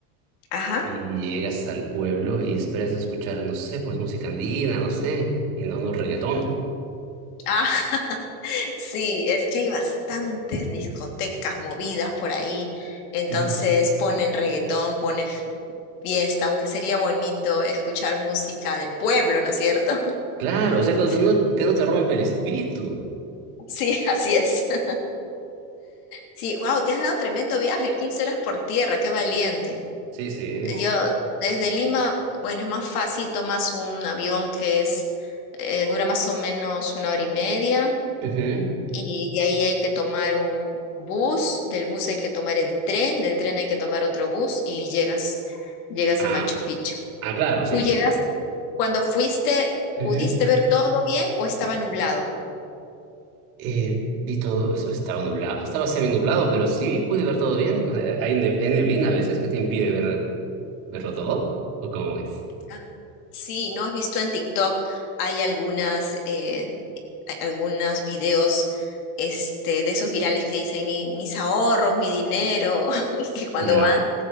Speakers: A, on the left; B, on the right.
A: Ajá.
B: y llegas al pueblo y esperas escuchar, no sé, pues música andina, no sé, y no, no reggaetón.
A: Ah. <laughs> Sí, es que hay bastantes discotecas movidas por ahí, entonces
B: Ujú.
A: ponen reggaetón, ponen f- fiesta, aunque sería bonito escuchar música del pueblo, ¿no es cierto? <laughs>
B: Claro, o sea, como
A: Sí.
B: que no, que no te rompe el espíritu.
A: Sí, así es. <laughs> Sí, wow, te has dado tremendo viaje, 15 horas por tierra, qué valiente.
B: Sí, sí.
A: Yo desde Lima, bueno, es más fácil, tomas un avión que es, eh, dura más o menos una hora y media.
B: Ujú.
A: Y de ahí hay que tomar un bus, del bus hay que tomar el tren, del tren hay que tomar otro bus y llegas, llegas
B: Ah,
A: a Machu Picchu.
B: ah, claro, sí,
A: ¿Tú
B: sí.
A: llegas cuando fuiste,
B: Ujú.
A: pudiste ver todo bien o estaba nublado?
B: Eh, vi todo eso, estaba nublado, estaba semi nublado, pero sí pude ver todo bien. O sea, hay, ne- hay neblina a veces que te impide ver, verlo todo, ¿o cómo es?
A: Ah, Sí, ¿no has visto en TikTok? Hay algunas, eh, hay algunos videos este, de esos virales que dicen "Mi- mis ahorros, mi dinero, <laughs> y que cuando
B: Ya.
A: van